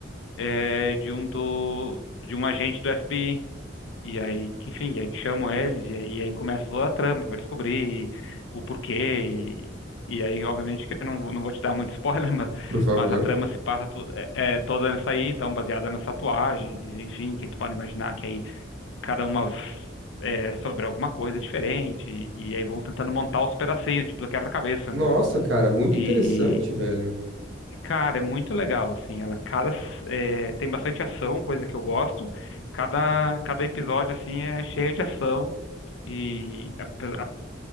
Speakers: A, on the left; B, on the right.
A: é, de um do de um agente do FBI e aí, que, enfim, e aí que chamam eles, e aí, e aí começa toda a trama pra descobrir o porquê. E, e aí, obviamente, que eu não, não vou te dar muito <laughs> spoiler, mas,
B: Por favor.
A: mas a trama se passa to, é, é toda nessa aí, então, baseada nas tatuagens, enfim, que tu pode imaginar que aí cada uma é sobre alguma coisa diferente, e, e aí vão tentando montar os pedacinhos, tipo do quebra-cabeça,
B: Nossa,
A: né?
B: cara, muito
A: E,
B: interessante, velho.
A: cara, é muito legal, assim, ela cada, é, tem bastante ação, coisa que eu gosto. Cada, cada episódio, assim, é cheio de ação e ape- a-